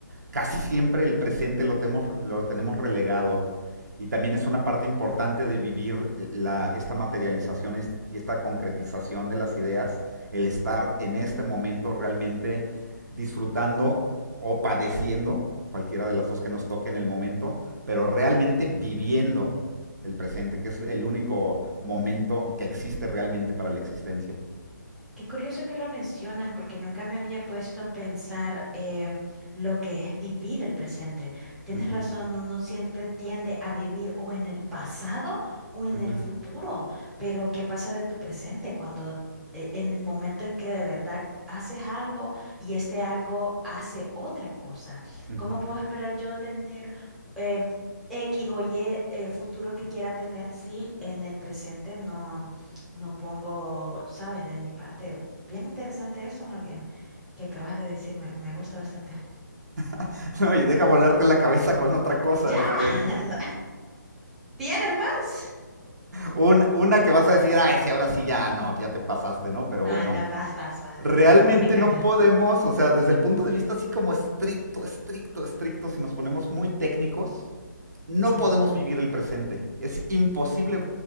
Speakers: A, on the right (about 60°); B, in the centre.
A: casi siempre el presente lo tenemos, lo tenemos relegado. Y también es una parte importante de vivir la, esta materialización y esta concretización de las ideas, el estar en este momento realmente disfrutando o padeciendo, cualquiera de las dos que nos toque en el momento, pero realmente viviendo el presente, que es el único momento que existe realmente para la existencia.
B: Qué curioso que lo mencionas, porque nunca me había puesto a pensar eh, lo que es vivir el presente. Tienes
A: Ujú,
B: razón, uno siempre tiende a vivir o en el pasado o en
A: ujú,
B: el futuro, pero ¿qué pasa de tu presente cuando eh, en el momento en que de verdad haces algo y este algo hace otra cosa?
A: ujú.
B: ¿Cómo puedo esperar yo tener eh, X o Y eh, futuro que quiera tener si en el presente no? No pongo, sabes, de mi parte. Bien interesante eso, Javier, que acabas de decirme. Me gusta bastante.
A: <laughs> No, y deja volarte la cabeza con otra cosa,
B: ¡Ya!
A: este.
B: <laughs> No, ¿Tienes más?
A: Un- una que vas a decir, ay, sí, ahora sí ya, no, ya te pasaste, ¿no? Pero bueno,
B: Nada, vas, vas, vas.
A: realmente
B: m- Me encanta.
A: no podemos, o sea, desde el punto de vista así como estricto, estricto, estricto, si nos ponemos muy técnicos, no
B: Mm.
A: podemos vivir el presente. Es imposible